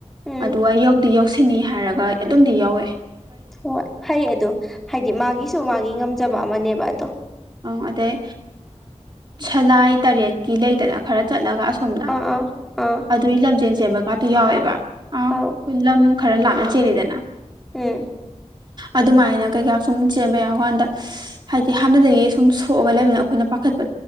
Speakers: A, in the centre; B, on the right.
A: ꯎꯝ
B: ꯑꯗꯨꯒ ꯌꯧꯗꯤ ꯌꯧ ꯁꯤꯅꯤ ꯍꯥꯏꯔꯒ ꯑꯗꯨꯝꯗꯤ ꯌꯥꯎꯋꯦ
A: ꯍꯣꯏ ꯐꯩ ꯑꯗꯣ ꯍꯥꯏꯗꯤ ꯃꯥꯒꯤꯁꯨ ꯃꯥꯒꯤ ꯉꯝꯖꯕ ꯑꯃꯅꯦꯕ ꯑꯗꯣ
B: ꯑꯪ ꯑꯗꯩ ꯁꯂꯥꯏ ꯇꯔꯦꯠꯀꯤ ꯂꯩꯗꯅ ꯈꯔ ꯆꯠꯂꯒ ꯑ ꯁꯣꯝꯅ
A: ꯑꯥ ꯑꯥ ꯑꯥ
B: ꯑꯗꯨꯒꯤ ꯂꯝꯖꯦꯟ ꯁꯦꯝꯦꯟꯕꯀꯥꯇꯣ ꯌꯥꯎꯋꯦꯕ ꯑ
A: ꯑꯥꯎ
B: ꯈꯨꯂꯝ ꯈꯔ ꯂꯥꯞꯅ ꯆꯦꯜꯂꯤꯗꯅ
A: ꯎꯝ
B: ꯑꯗꯨꯃꯥꯏꯅ ꯀꯩꯀꯥ ꯁꯨꯝ ꯆꯦꯟꯕ ꯌꯥꯎꯕꯀꯥꯟꯗ ꯍꯥꯏꯗꯤ ꯍꯥꯟꯅꯗꯒꯤ ꯁꯨꯝ ꯁꯣꯛꯑꯒ ꯂꯩꯕꯅꯤꯅ ꯑꯩꯈꯣꯏꯅ ꯄꯥꯈꯠ